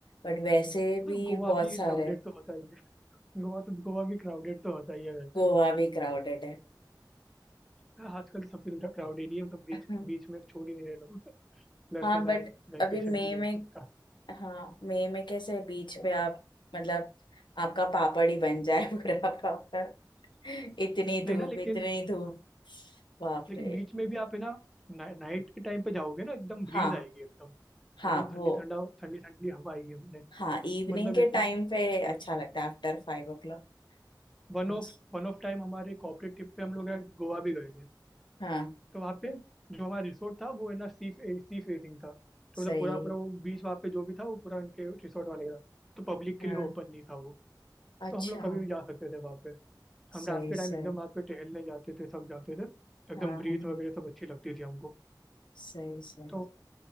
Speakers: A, on the left (about 85°); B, in the centre.
A: बट वैसे
B: तो
A: भी
B: गोवा
A: बहुत
B: भी
A: सारे
B: क्राउडेड तो होता ही है गोवा तो गोवा भी क्राउडेड तो होता ही है वैसे
A: गोवा भी क्राउडेड है
B: हाँ, आजकल तो सब कुछ क्राउडेड ही है मतलब बीच
A: <laughs>
B: बीच में छोड़ ही नहीं रहे लोग प्लस
A: हाँ
B: है ना
A: बट
B: वैकेशन
A: अभी मई
B: भी है
A: में
B: तो सबका <laughs>
A: हाँ मई में कैसे बीच पे आप मतलब आपका पापड़ ही बन जाए <laughs> पूरा पापड़ इतनी
B: नहीं
A: धूप
B: ना लेकिन
A: इतनी धूप बाप
B: लेकिन
A: रे
B: बीच में भी आप है ना ना, नाइट के टाइम पे जाओगे ना एकदम ब्रीज
A: हाँ
B: आएगी एकदम
A: हाँ
B: एकदम ठंडी
A: वो
B: ठंडा ठंडी ठंडी हवा आएगी अपने
A: हाँ इवनिंग
B: मतलब
A: के
B: एकदम
A: टाइम पे अच्छा लगता है आफ्टर फाइव ओ क्लॉक
B: वन
A: अच्छा
B: ऑफ वन ऑफ टाइम हमारे कॉर्पोरेट ट्रिप पे हम लोग यार गोवा भी गए थे
A: हाँ
B: तो वहाँ पे जो हमारा रिसोर्ट था वो है ना सी सी फेसिंग था तो मतलब
A: सही
B: पूरा पूरा वो बीच वहाँ पे जो भी था वो पूरा उनके रिसोर्ट वाले का था तो पब्लिक के
A: हाँ
B: लिए ओपन नहीं था वो
A: अच्छा
B: तो हम लोग कभी भी जा सकते थे वहाँ पे हम
A: सही
B: रात के टाइम
A: सही
B: एकदम वहाँ पे टहलने जाते थे सब जाते थे एकदम
A: हाँ हाँ
B: ब्रीथ
A: हाँ,
B: वगैरह सब अच्छी लगती थी हमको
A: सही सही
B: तो